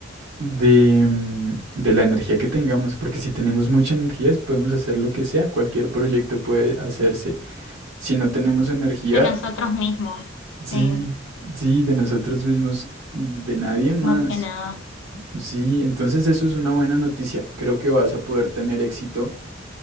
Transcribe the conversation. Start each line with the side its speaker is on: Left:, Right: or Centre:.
Right: de, mm, de la energía que tengamos, porque si tenemos mucha energía podemos hacer lo que sea, cualquier proyecto puede hacerse. Si no tenemos energía,
Left: de nosotros mismos.
Right: sí,
Left: Sí,
Right: sí, de nosotros mismos, de nadie más.
Left: más que nada.
Right: Sí, entonces eso es una buena noticia. Creo que vas a poder tener éxito